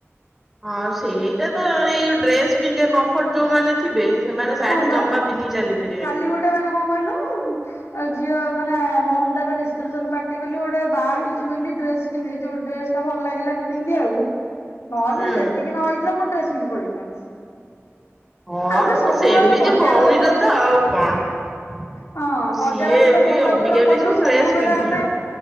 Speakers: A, in the centre; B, on the left.
A: ହଁ ସେଇଟା ତ ଏଇ ଯୋଉ ଡ୍ରେସ ପିନ୍ଧ କମ୍ଫର୍ଟ ଯୋଉ ମାନେ ଥିବେ ସେମାନେ ଶାଢୀ
B: ହଁ ବା
A: ଜମା ପିନ୍ଧି ଚାଲି ପାରିବେନି।
B: କାଲି ମାନେ କଣ କହିଲ ଝିଅ ମାନେ ଭଉନ ଟାର ରିସେପସନ ପାର୍ଟି ବୋଲି ଗୋଟେ ବାହା ହେଇଛି ବୋଲି ଡ୍ରେସ ପିନ୍ଧ ଯୋଉ ଡ୍ରେସ ଟା ଭଲ ଲାଗିଲାନି ପିନ୍ଧିବାକୁ ନହେଲେ
A: ହୁଁ
B: ସେତିକି ନ ହେଇଥିଲା ମୁଁ ଡ୍ରେସ ପିନ୍ଧି ପଳେଇଥାନ୍ତି।
A: ହଁ
B: ଆମେ
A: ମାନେ
B: ସବୁବେଳେ
A: ସେମିତି
B: ବଜାର
A: ଭଉଣୀର
B: ଘାଟ
A: ତ ଆଉ କଣ।
B: ହଁ ବଜାର
A: ସିଏ
B: ଘାଟ
A: ବି
B: ସଉଦା
A: ଅବିକା
B: ପତ୍ର କଲୁ
A: ବି ସବୁ
B: ସବୁବେଳେ
A: ଡ୍ରେସ ପିନ୍ଧୁଛନ୍ତି
B: ଆମେ